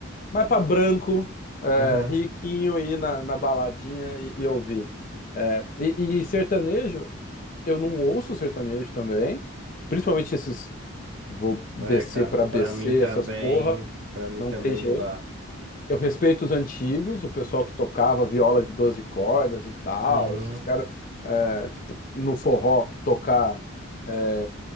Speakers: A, on the left (about 40°); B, on the right (about 50°).
A: mais pra branco, é,
B: Aham.
A: riquinho, ir na, na baladinha e, e ouvir. É, e, e sertanejo, eu não ouço sertanejo também, principalmente esses, vou descer
B: É, cara,
A: pra BC,
B: pra mim também,
A: essas porra,
B: pra mim
A: não
B: também
A: tem jeito.
B: não dá.
A: Eu respeito os antigos, o pessoal que tocava viola de 12 cordas e tal,
B: Uhum,
A: esses caras, é, tipo, no forró, que tocar é,